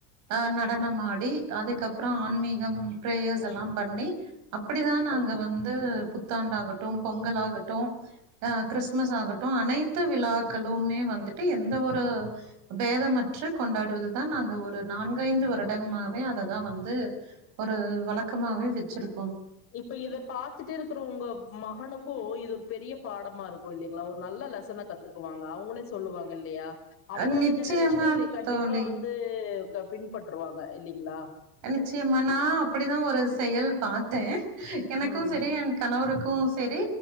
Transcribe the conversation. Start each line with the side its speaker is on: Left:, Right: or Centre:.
Right: ஆ நடனமாடி அதுக்கப்புற ஆன்மீகம் பிரேயர்ஸ் எல்லா பண்ணி அப்டிதா நாங்க
Left: ஓ
Right: வந்து புத்தாண்டாகட்டு பொங்கல் ஆகட்டு அ கிறிஸ்துமஸ் ஆகட்டு அனைத்து விழாக்களுமே வந்துட்டு எந்த ஒரு பேதமற்று கொண்டாடுவதுதா நாங்க ஒரு நான்கைந்து வருடமாவே அததா வந்து ஒரு வழக்க பழக்கமாவே வச்சிருக்கு
Left: இப்ப இத பத்துட்டு இருக்கிற உங்க மகனுக்கு இது ஒரு பெரிய பாடமா இருக்கு இல்லைங்ளா ஒரு நல்ல லெசன கத்துக்குவாங்க அவுங்களே சொல்லுவாங்க இல்லையா அவுங்களோட
Right: அஹ் நிச்சயமா
Left: ஜெனரேஷன இத கண்டிப்பா
Right: தோழி
Left: வந்து பின்பற்றுவாங்க இல்லைங்ளா
Right: நிச்சயமா நா அப்டிதா ஒரு செயல் பா தே எனக்கு
Left: ம்
Right: சரி என் கணவருக்கு க்கு செரி